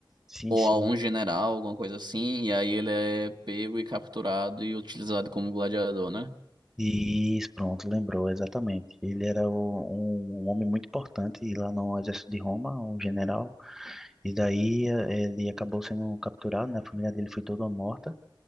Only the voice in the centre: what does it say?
Sim,
sim.
Isso, pronto, lembrou, exatamente. Ele era o- um, um homem muito importante lá no exército de Roma, um general, e daí eh, ele acabou sendo capturado, né? A família dele foi toda morta